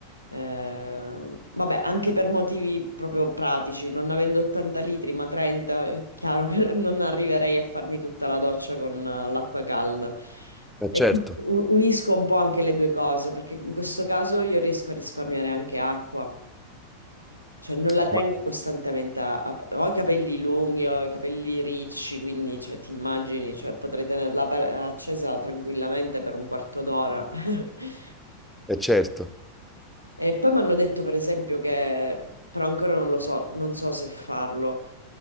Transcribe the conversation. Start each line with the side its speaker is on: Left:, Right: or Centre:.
Left: Eh, vabbè, anche per motivi proprio pratici, non avendo 80 litri ma 30, è chiaro che <laughs> non arriverei a farmi tutta la doccia con eh, l'acqua calda.
Centre: Eh
Left: E
Centre: certo,
Left: quindi u- unisco un po' anche le due cose, perché in questo caso io riesco a risparmiare anche acqua. Cioè, non la tengo
Centre: ma
Left: costantemente a- a- Ho i capelli lunghi, ho i capelli ricci, quindi, cioè, ti immagini, cioè, potrei tenerla aper- accesa tranquillamente per un quarto d'ora. <laughs>
Centre: eh certo.
Left: E poi mi hanno detto, per esempio, che... Però ancora non lo so, non so se farlo.